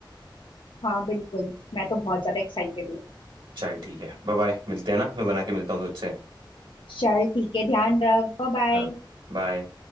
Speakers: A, on the left; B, on the right.
A: हाँ बिल्कुल मैं तो बहुत ज्यादा एक्साइटेड हूँ
B: चल ठीक है बाय बाय मिलते हैं ना मैं बना के मिलता हूँ तुझसे
A: चल ठीक है ध्यान रख बाय बाय
B: हाँ बाय